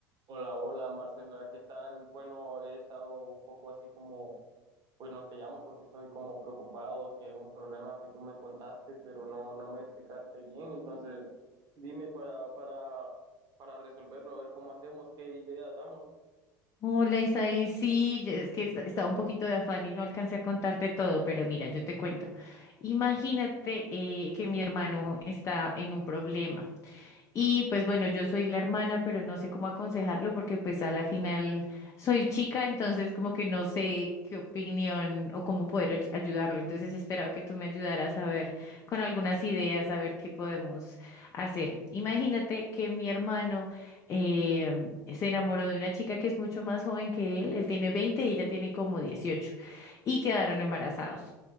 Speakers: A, on the right; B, on the left.
A: Hola, hola Marcela, ¿qué tal? Bueno, he estado un poco así como, bueno, te llamo porque estoy como preocupado que un problema que tú me contaste, pero no, no me explicaste bien, entonces dime para, para, para resolverlo, a ver cómo hacemos, qué ideas damos.
B: Hola Isaí, sí, yo- es que est- estaba un poquito de afán y no alcancé a contarte todo, pero mira, yo te cuento. Imagínate eh, que mi hermano está en un problema. Y pues bueno, yo soy la hermana, pero no sé cómo aconsejarlo porque pues a la final soy chica, entonces como que no sé qué opinión o cómo poder oy- ayudarlo. Entonces esperaba que tú me ayudaras a ver con algunas ideas, a ver qué podemos hacer. Imagínate que mi hermano eh, se enamoró de una chica que es mucho más joven que él. Él tiene 20 y ella tiene como 18 y quedaron embarazados.